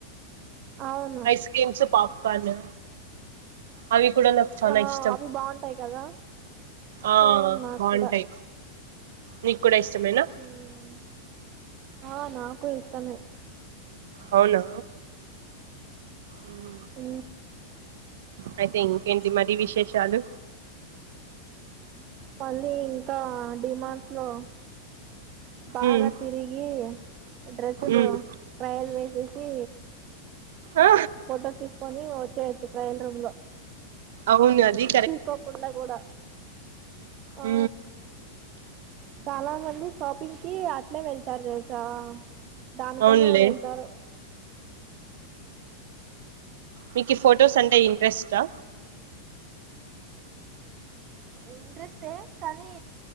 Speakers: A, on the right (about 40°); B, on the right (about 75°).
A: అవును
B: ఐస్ క్రీమ్స్ పాప్కార్న్ అవి కూడా నాకు చాలా
A: ఆ
B: ఇష్టం
A: అవి బాగుంటాయి కదా
B: ఆ
A: సేమ్ నాకు
B: బాగుంటాయి
A: కూడా
B: నీకు కూడా ఇష్టమేనా
A: ఉమ్. ఆ నాకు ఇష్టమే
B: అవునా ఉ
A: ఊ
B: అయితే ఇంకేంటి మరీ విశేషాలు
A: మళ్ళీ ఇంకా డిమార్ట్ లో బాగా
B: ఉమ్
A: తిరిగి డ్రెస్సులు
B: ఉమ్
A: ట్రయల్ వే చేసి
B: ఆ
A: ఫొటో తీసుకొని వచ్చేయచ్చు ట్రయల్ రూమ్ లో
B: అవును అది
A: తీసుకోకుండా కూడా ఆ
B: ఊ
A: చాలా మంది షాపింగ్ కి అట్లే వెళ్తారు తెల్సా దానికోసమే
B: అవునులే
A: వెళ్తారు
B: మీకు ఫొటోస్ అంటే ఇంట్రెస్టా
A: ఇంట్రెస్టే కానీ